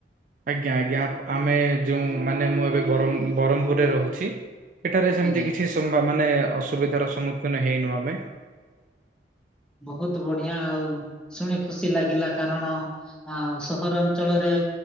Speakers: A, on the right; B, in the centre.
A: ଆଜ୍ଞା ଆଜ୍ଞା ଆମେ ଯେଉଁ ମାନେ ମୁଁ ଏବେ ବର ବରମ୍ପୁରରେ ରହୁଛି। ଏଠାରେ ସେମିତି
B: ଆଜ୍ଞା।
A: କିଛି ସ ମାନେ ଅସୁବିଧାର ସମ୍ମୁଖୀନ ହେଇନୁ ଆମେ।
B: ବହୁତ ବଢିଆ ଆଉ ଶୁଣି ଖୁସି ଲାଗିଲା କାରଣ। ଆଉ ସହରାଞ୍ଚଳରେ।